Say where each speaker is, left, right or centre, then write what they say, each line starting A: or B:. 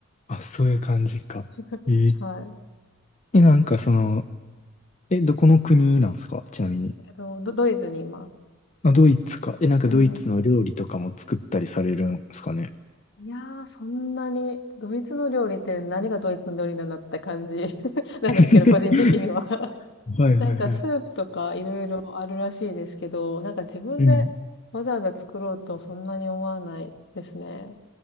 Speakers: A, on the left; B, on the left.
A: あ、そういう感じか。
B: <laughs>
A: ええ。
B: はい。
A: え、なんかその、え、どこの国なんですかちなみに。
B: えっと、ド、ドイツにいます。
A: まあ、ドイツか。え、なんかドイツの料理とかも作ったりされるんですかね。
B: うんうんいやー、そんなに、ドイツの料理って何がドイツの料理なんだって感じ <laughs> なんですけど、
A: <laughs>
B: 個人的には <laughs>
A: はいはいはい。
B: なんかスープとかいろいろあるらしいですけど、なんか自分でわざわざ作ろうとそんなに思わないですね。
A: うん。